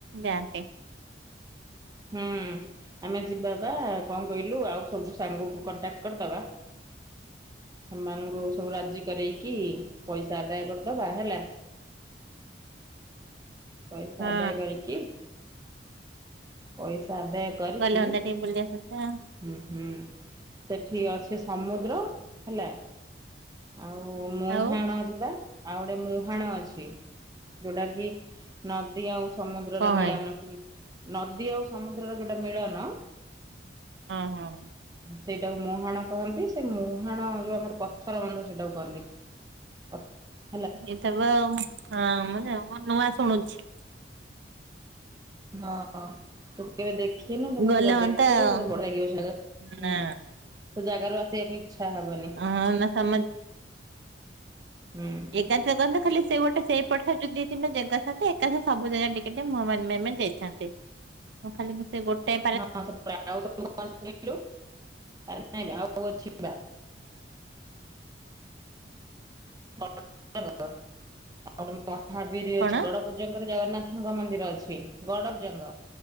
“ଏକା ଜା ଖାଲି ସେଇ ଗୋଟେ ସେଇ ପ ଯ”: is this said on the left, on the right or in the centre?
Right